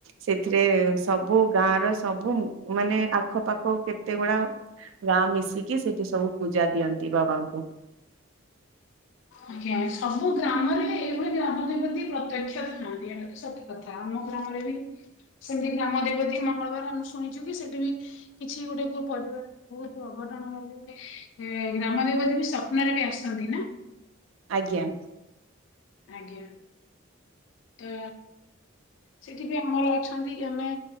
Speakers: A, on the right (about 70°); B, on the left (about 60°).
A: ସେଥିରେ ସବୁ ଗାଁର ସବୁ ମାନେ ଆଖପାଖ କେତେ ଗୁଡା ଗାଁ ମିଶିକି ସେଠି ସବୁ ପୂଜା ଦିଅନ୍ତି। <unintelligible>
B: ଆଜ୍ଞା, ସବୁ ଗ୍ରାମରେ ଏଇଭଳି ଗ୍ରାମ ଦେବତୀ ପ୍ରତ୍ୟକ୍ଷ ଥାନ୍ତି। ଏମିତି ସବୁ କଥା ଆମ ଗ୍ରାମରେବି ସେମିତି ଗ୍ରାମଦେବତୀ ମଙ୍ଗଳବାର ଆମେ ଶୁଣିଛୁକି ସେଠିବି କିଛି ଗୋଟେ କୋ ପରିବାର ବହୁତ ଅଘଟଣ ହେଲେ ଗ୍ରାମ ଦେବତୀବି ସ୍ୱପ୍ନରେବି ଆସନ୍ତି ନା?
A: ଆଜ୍ଞା।
B: ଆଜ୍ଞା। ତ ସେଠିବି ଆମର ଅଛନ୍ତି ଜନେ